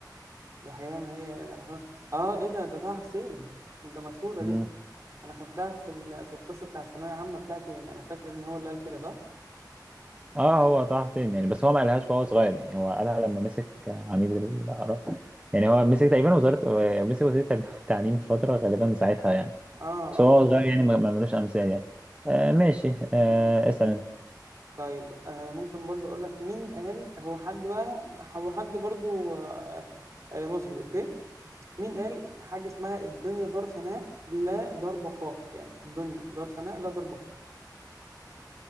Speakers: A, on the right (about 40°); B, on the right (about 15°).
A: الحقيقة ما هي الأهوال اه ايه ده ده طه حسين ده مشهورة
B: مم.
A: دي انا خدتها في ال... في القصة بتاع الثانوية العامة بتاعتي يعني انا فاكر ان هو اللي قال كده صح؟
B: اه هو طه حسين يعني بس هو ما قالهاش وهو صغير يعني هو قالها لما مسك عميد الآراء يعني هو مسك تقريبا وزارة مسك وزير التعليم في فترة غالبا ساعتها يعني
A: اه
B: بس هو
A: اه
B: صغير يعني ما ما ملوش أمثال يعني آه ماشي آه
A: ماشي
B: اسأل انت
A: طيب آه ممكن برضو اقول لك مين قال هو حد بقى هو حد برضو آه آه، مصري اوكي مين قال حاجة اسمها الدنيا دار فناء لا دار بقاء يعني الدنيا دار فناء لا دار بقاء